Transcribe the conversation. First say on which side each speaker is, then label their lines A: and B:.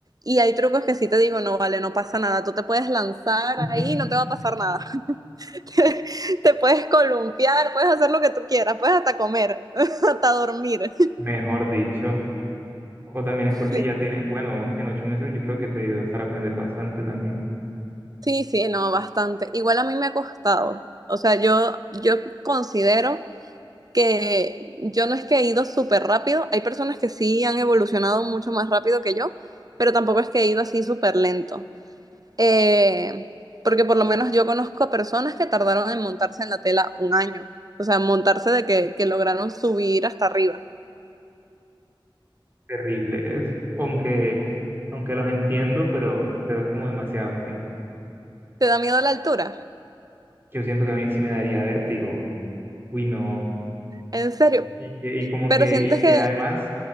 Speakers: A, on the right; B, on the right.
A: Y hay trucos que sí te digo, no vale, no pasa nada, tú te puedes lanzar
B: <laughs>
A: ahí, no te va a pasar nada. <laughs> Te, te puedes columpiar, puedes hacer lo que tú quieras, puedes hasta comer, <laughs> hasta dormir.
B: mejor dicho. O también es porque
A: Sí,
B: ya tiene, bueno, en ocho meses yo creo que te dio para aprender bastante también.
A: sí, sí, no, bastante. Igual a mí me ha costado. O sea, yo, yo considero que yo no es que he ido súper rápido, hay personas que sí han evolucionado mucho más rápido que yo, pero tampoco es que he ido así súper lento. Eh, porque por lo menos yo conozco personas que tardaron en montarse en la tela un año, o sea, montarse de que, que lograron subir hasta arriba.
B: terrible. Es- aunque, aunque los entiendo, pero, pero es como demasiado, sí.
A: ¿Te da miedo la altura?
B: Yo siento que a mí sí me daría vértigo. Uy, no.
A: En serio,
B: Y que, y como
A: pero
B: que,
A: sientes
B: y que
A: que
B: además,